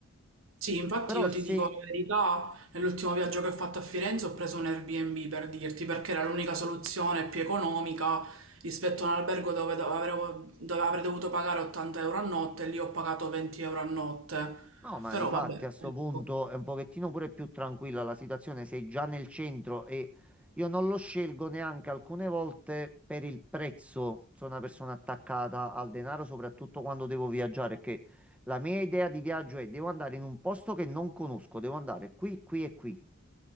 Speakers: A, on the right (about 70°); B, in the centre.
A: Sì, infatti
B: Però
A: io
B: se
A: ti dico la verità, nell'ultimo viaggio che ho fatto a Firenze ho preso un Airbnb per dirti, perché era l'unica soluzione più economica rispetto a un albergo dove, dove avrei dove avrei dovuto pagare 80 euro a notte e lì ho pagato 20 euro a notte.
B: No, ma
A: Però
B: di fatti
A: vabbè,
B: a sto
A: ecco,
B: punto è un pochettino pure più tranquilla la situazione, sei già nel centro e io non lo scelgo neanche alcune volte per il prezzo. Sono una persona attaccata al denaro, soprattutto quando devo viaggiare, perché la mia idea di viaggio è devo andare in un posto che non conosco, devo andare qui, qui e qui.